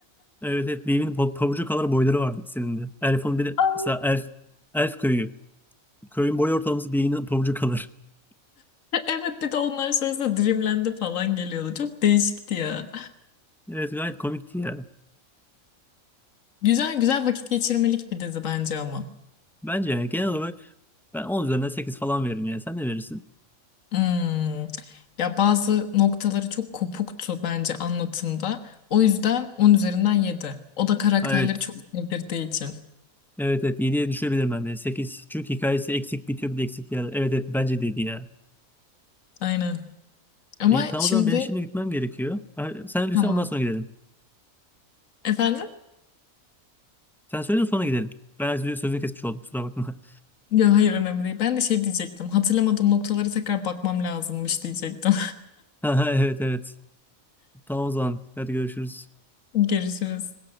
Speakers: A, in the centre; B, on the left.
A: Evet evet. Beam'in pa- pabucu kadar boyları vardı ikisinin de. Elf'in bir de
B: <laughs>
A: mesela Elf, Elf köyü. Köyün boy ortalaması Beam'in pabucu kadar. <laughs>
B: <laughs> Evet bir de onların sırasında Dreamland'e falan geliyordu. Çok değişikti ya.
A: Evet gayet komikti ya.
B: Güzel güzel vakit geçirmelik bir dizi bence ama.
A: Bence yani genel olarak ben 10 üzerinden 8 falan veririm ya. Sen ne verirsin?
B: Hmm. Ya bazı noktaları çok kopuktu bence anlatımda. O yüzden 10 üzerinden 7. O da karakterleri
A: Ha, Evet.
B: çok sevdirdiği için.
A: Evet evet 7'ye düşebilirim ben de. sekiz Çünkü hikayesi eksik bitiyor bir de eksik yer. Evet evet bence dedi ya.
B: Aynen. Ama
A: İyi tamam
B: şimdi
A: o zaman benim şimdi gitmem gerekiyor. Ben- Sen önce
B: tamam.
A: söyle ondan sonra gidelim.
B: Efendim?
A: Sen söyle de sonra gidelim. Ben sözü- sözünü kesmiş oldum kusura bakma.
B: Ya hayır önemli değil. Ben de şey diyecektim. Hatırlamadığım noktalara tekrar bakmam lazımmış diyecektim.
A: <laughs> Evet evet. Tamam o zaman. Hadi görüşürüz.
B: <laughs> Görüşürüz.